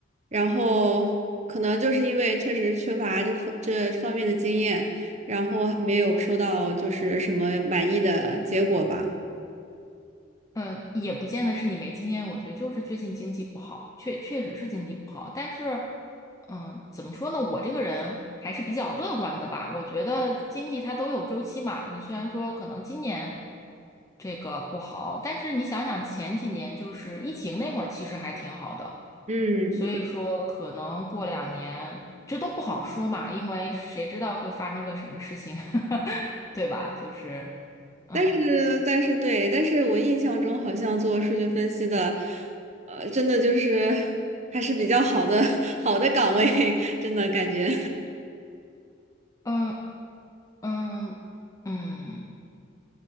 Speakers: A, on the right; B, on the left.
A: 然后可能就是因为确实缺乏这方这方面的经验，然后还没有收到就是什么满意的结果吧。
B: 嗯，呃也不见得是你没经验，我觉得就是最近经济不好，确确实是经济不好。但是，嗯，怎么说呢？我这个人还是比较乐观的吧。我觉得经济它都有周期嘛。你虽然说可能今年这个不好，但是你想想前几年就是疫情那会儿，其实还挺好的。
A: 嗯，
B: 所以说可能过两年，这都不好说嘛，因为谁知道会发生个什么事情，<laughs> 对吧？就是，嗯
A: 但是但是对，但是我印象中好像做数据分析的，呃，真的就是还是比较好的 <laughs> 好的岗位，<laughs> 真的感觉，
B: 嗯嗯嗯，